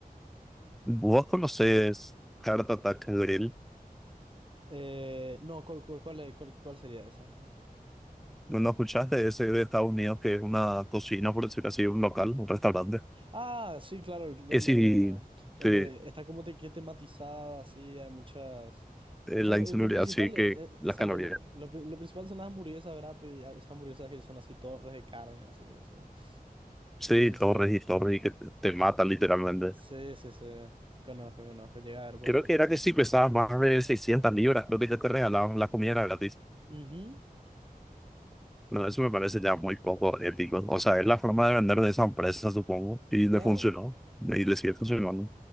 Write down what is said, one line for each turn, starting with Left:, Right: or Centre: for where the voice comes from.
Centre: ¿Vos conocés Heart Attack Grill?
Right: Eh, no, ¿cuál, cuál, cuál es- cuál- cuál sería esa?
Centre: ¿No no escuchaste de ese de Estados Unidos que es una cocina, por decirlo así, un local, un restaurante?
Right: Ah, sí, claro, donde,
Centre: Es si
Right: donde
Centre: te,
Right: está como te, que tematizado, así, hay muchas...
Centre: eh,
Right: O
Centre: la
Right: sea, que
Centre: insalubridad,
Right: lo principal,
Centre: sí, que
Right: eh, eh,
Centre: las
Right: exacto,
Centre: calorías.
Right: lo, lo pri- lo principal son las hamburguesas, ¿verdad? Pero ya Esas hamburguesas que son así, torres de carne, así, así.
Centre: Sí,
Right: Sí, sí,
Centre: torres
Right: sí.
Centre: y torres y que te, te matan literalmente.
Right: Sí, sí, sí. Conozco, conozco. Llega a ver por
Centre: Creo
Right: redes
Centre: que
Right: sociales.
Centre: era que si pesabas más de 600 libras, creo que ya te regalaban la comida gratis.
Right: Ujú,
Centre: No, eso me parece ya muy poco ético. O sea, es la forma de vender de esa empresa, supongo, y le
Right: Claro,
Centre: funcionó. Y le sigue funcionando.